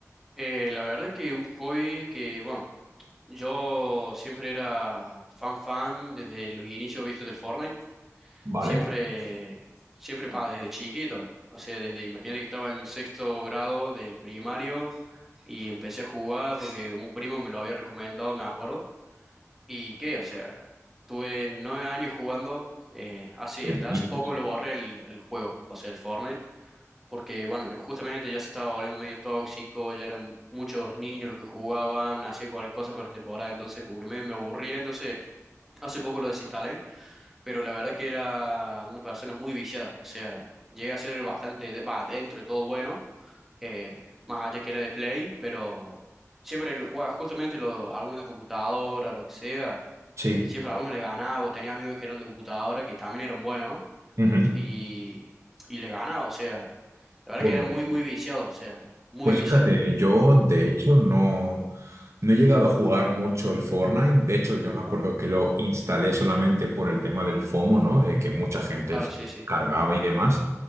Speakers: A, in the centre; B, on the right.
A: Eh, la verdad que un hobby que, bueno, yo siempre era fan fan desde los inicios vistos del Fortnite,
B: Vale.
A: siempre, siempre, pa, desde chiquito, o sea, desde, imagínate que estaba en sexto grado del primario y empecé a jugar porque un primo me lo había recomendado, me acuerdo, y qué, o sea, tuve nueve años jugando, eh, así,
B: Eh,
A: hasta
B: dices.
A: hace poco lo borré el, el juego, o sea, el Fortnite porque bueno, yo justamente ya se estaba volviendo medio tóxico, ya eran muchos niños los que jugaban, hacían cualquier cosa con la temporada, entonces como que medio me aburría, entonces hace poco lo desinstalé, pero la verdad que era una persona muy viciada, o sea, llega a ser bastante, va, dentro de todo bueno, eh, más allá que era de Play, pero siempre, lo- bueno, justamente lo, algunos de computadora, lo que sea,
B: Sí.
A: eh, siempre a algunos les ganaba, o tenía amigos que eran de computadora, que también eran buenos,
B: Ujú.
A: y, y les ganaba, o sea. La verdad
B: Pues
A: que era muy, muy viciado, o sea, muy
B: Pues
A: viciado.
B: fíjate, yo de hecho no, no he llegado a jugar mucho el Fortnite. De hecho, yo me acuerdo que lo instalé solamente por el tema del FOMO, ¿no? De que mucha gente
A: Claro,
B: se
A: sí, sí.
B: cargaba y demás.